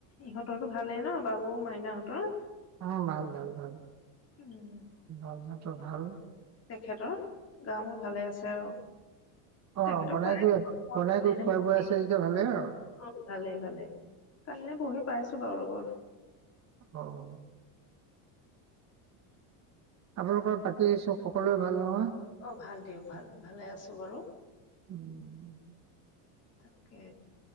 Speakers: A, on the left; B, on the right.
A: ইহতৰতো ভালেই ন বাবু মাইনাহতৰ।
B: উম ভাল ভাল ভাল
A: উম
B: ভাল চা। ভাল।
A: তেখেতৰ গা মোৰ ভালে আছে আৰু। তেখেতক
B: অহ বনাই
A: পাই
B: কৰি বনাই
A: ভালেই
B: কৰি
A: নে?
B: খোৱা বোৱা আছে যেতিয়া, ভালেই আৰু।
A: অ ভালেই ভালেই কাল নে পৰহি পাইছো বাৰু লগৰ।
B: অহ। আপোনালোকৰ বাকী চব। সকলোৱে ভাল নহয়।
A: অহ ভাল দিয়ক ভাল ভালেই আছো বাৰু।
B: উম।
A: তাকে